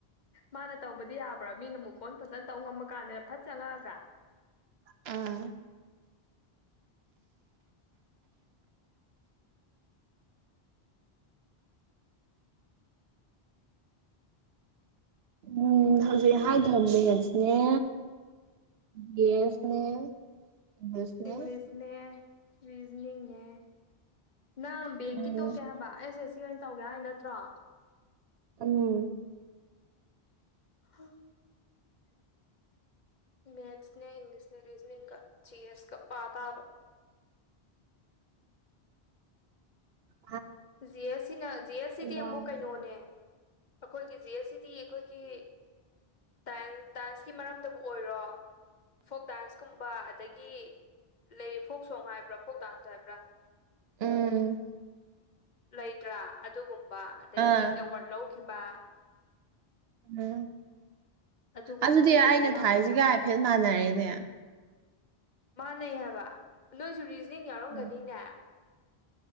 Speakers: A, on the left; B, on the right.
A: ꯃꯥꯅ ꯇꯧꯕꯗꯤ ꯌꯥꯕ꯭ꯔꯥ ꯃꯤꯅ ꯃꯨꯥꯐ ꯑꯣꯟ ꯐꯖꯅ ꯇꯧ ꯉꯝꯃ ꯀꯥꯟꯗꯅ ꯐꯠ ꯆꯪꯉꯛꯑꯒ
B: ꯎꯝ ꯎꯝ ꯍꯧꯖꯤꯛ ꯍꯥꯏꯗꯦ ꯍꯥꯢꯕꯅꯦ ꯅꯤꯔꯖꯅꯦ ꯒꯦꯁꯅꯦ ꯏꯪꯂꯤꯁꯅꯦ
A: ꯏꯪꯂꯤꯁꯅꯦ ꯔꯤꯖꯅꯤꯡꯅꯦ ꯅꯪ ꯕꯦꯡꯀꯤ
B: ꯎꯝ
A: ꯇꯣ ꯀꯦ ꯍꯥꯏꯕ ꯑꯦꯁ ꯑꯦꯁ ꯁꯤ ꯑꯣꯏꯅ ꯇꯧꯒꯦ ꯍꯥꯏ ꯅꯠꯇ꯭ꯔꯣ
B: ꯎꯝ
A: <unintelligible> ꯃꯦꯠꯅꯦ ꯏꯪꯂꯤꯁꯅꯦ ꯔꯤꯖꯅꯤꯡꯒ ꯒꯤꯑꯦꯁꯒ ꯄꯥꯇꯥꯥꯕ <inaudible>
B: ꯎꯝ
A: ꯖꯤ ꯑꯦꯁ ꯁꯤꯅ ꯖꯤ ꯑꯦꯁ ꯁꯤꯗꯤ ꯑꯃꯨꯛ
B: ꯋꯥꯏ
A: ꯀꯩꯅꯣꯅꯦ ꯑꯩꯈꯣꯏꯒꯤ ꯖꯤ ꯑꯦꯁ ꯁꯤꯗꯤ ꯑꯩꯈꯣꯏꯒꯤ ꯗꯥꯏꯟꯁ ꯗꯥꯟꯁꯀꯤ ꯃꯔꯝꯗꯕꯨ ꯑꯣꯏꯔꯣ ꯐꯣꯛ ꯗꯥꯟꯁꯀꯨꯝꯕ ꯑꯗꯒꯤ ꯂꯩ ꯐꯣꯛ ꯁꯣꯡ ꯍꯥꯏꯕ꯭ꯔꯥ ꯐꯣꯛ ꯗꯥꯟꯁ ꯍꯥꯏꯕ꯭ꯔꯥ
B: ꯎꯝ
A: ꯂꯩꯇ꯭ꯔꯥ ꯑꯗꯨꯒꯨꯝꯕ ꯑꯗꯒꯤ
B: ꯑꯥ
A: ꯑꯦꯋꯥꯔꯠ ꯂꯧꯈꯤꯕ
B: ꯎꯝ
A: ꯑꯗꯨꯒꯨꯝꯕꯁꯤꯡꯗꯨꯅ
B: ꯑꯗꯨꯗꯤ ꯑꯩꯅ
A: ꯑꯌꯥꯝꯕꯅ
B: ꯊꯥꯏꯁꯤꯒ ꯍꯥꯏꯐꯦꯠ ꯃꯥꯟꯅꯔꯦꯅꯦ
A: ꯃꯥꯥꯟꯅꯩ ꯍꯥꯏꯕ ꯅꯣꯏꯁꯨ ꯔꯤꯖꯅꯤꯡ ꯅꯤꯡ ꯌꯥꯎꯔꯝꯒꯅꯤꯅꯦ
B: ꯎꯝ